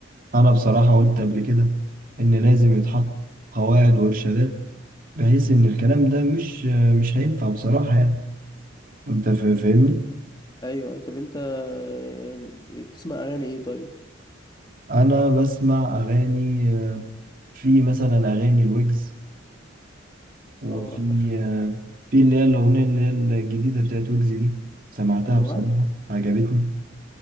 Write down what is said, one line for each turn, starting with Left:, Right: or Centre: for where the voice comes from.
Right: أنا بصراحة قلت قبل كده إن لازم يتحط قواعد وإرشادات بحيث إن الكلام ده مش مش هينفع بصراحة يعني أنت فا- فاهمني؟
Left: ايوه طب انت ال- بتسمع اغاني ايه طيب
Right: أنا بسمع أغاني آه، في مثلا أغاني الويجز وفي
Left: اه حلو
Right: آه، في اللي هي الأغنية اللي هي الجديدة بتاعت ويجز دي سمعتها
Left: الوعد
Right: بصراحة عجبتني